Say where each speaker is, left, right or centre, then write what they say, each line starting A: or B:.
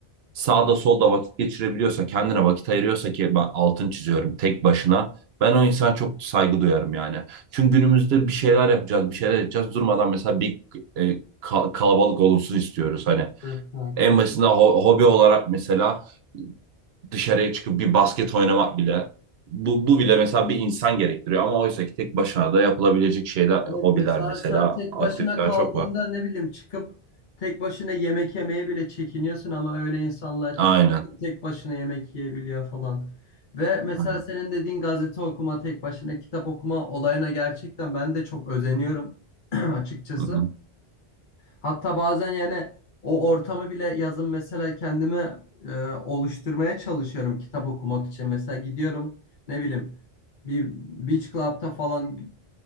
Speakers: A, on the right; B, on the left.
A: sağda solda vakit geçirebiliyorsa, kendine vakit ayırıyorsa ki ben altın çiziyorum tek başına. Ben o insana çok saygı duyarım yani. Çünkü günümüzde bir şeyler yapacağız, bir şeyler edeceğiz. Durmadan mesela bir e, ka- kalabalık olunsun istiyoruz. Hani
B: Evet kanka.
A: en basitinden ho- hobi olarak mesela dışarıya çıkıp bir basket oynamak bile bu, bu bile mesela bir insan gerektiriyor ama oysa ki tek başına da yapılabilecek şeyler,
B: Evet
A: hobiler
B: mesela
A: mesela
B: sen tek
A: aktiviteler
B: başına kaldığında
A: çok var.
B: ne bileyim çıkıp tek başına yemek yemeye bile çekiniyorsun ama öyle insanlar
A: Aynen.
B: tek başına yemek yiyebiliyor falan. Ve mesela
A: Aynen.
B: senin dediğin gazete okuma, tek başına kitap okuma olayına gerçekten ben de çok özeniyorum <clears throat> açıkçası.
A: Hı hı,
B: Hatta bazen yani o ortamı bile yazın mesela kendimi e, oluşturmaya çalışıyorum kitap okumak için. Mesela gidiyorum ne bileyim bir beach club'ta falan